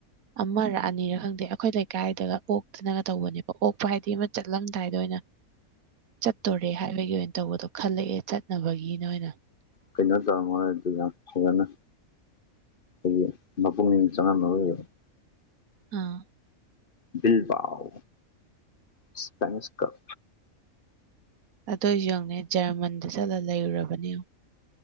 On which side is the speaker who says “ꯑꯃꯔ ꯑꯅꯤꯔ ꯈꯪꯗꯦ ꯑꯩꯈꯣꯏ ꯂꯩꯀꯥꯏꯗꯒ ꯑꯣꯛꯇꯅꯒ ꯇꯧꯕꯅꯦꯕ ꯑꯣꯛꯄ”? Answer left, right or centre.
Right